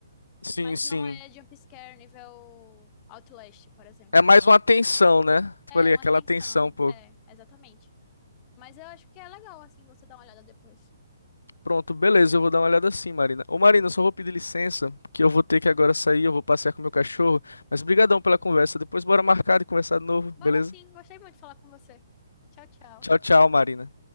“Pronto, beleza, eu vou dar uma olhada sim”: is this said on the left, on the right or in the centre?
Left